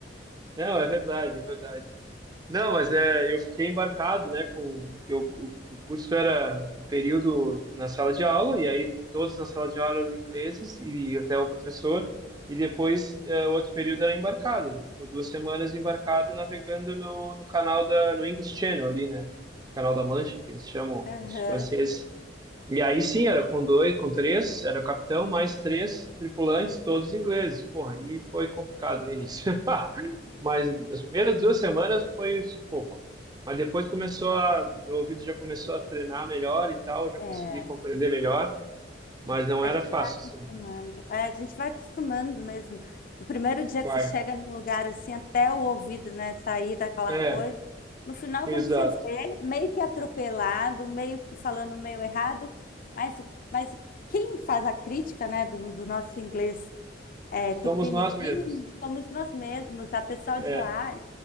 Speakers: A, on the right; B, on the left.
A: não, é verdade, é verdade. Não, mas é, eu fiquei embarcado, né, com eu, o, o o curso era um período na sala de aula e aí todos na sala de aula eram ingleses e até o professor e depois é, o outro período era embarcado. A gente ficou duas semanas embarcado navegando no, no canal da no English Channel ali, né, canal da Mancha que eles chamam
B: Aham.
A: os franceses. E aí sim, era com dois, com três, era o capitão, mais três tripulantes, todos ingleses. Porra, e foi complicado no início. <laughs> Mas as primeiras duas semanas foi pouco. Mas depois começou a, meu ouvido já começou a treinar melhor e tal, já consegui
B: É.
A: compreender melhor, mas não
B: A
A: era
B: gente
A: fácil,
B: vai acostumando.
A: assim.
B: É, a gente vai acostumando mesmo. No primeiro dia
A: Vai.
B: que você chega num lugar assim, até o ouvido, né, sair daquela
A: É,
B: coisa. No final,
A: exato.
B: quando você vê, meio que atropelado, meio que falando meio errado, mas, mas quem faz a crítica, né, do, do nosso inglês é,
A: Somos
B: tupiniquim,
A: nós mesmos.
B: somos nós mesmos, a pessoa
A: É,
B: de lá.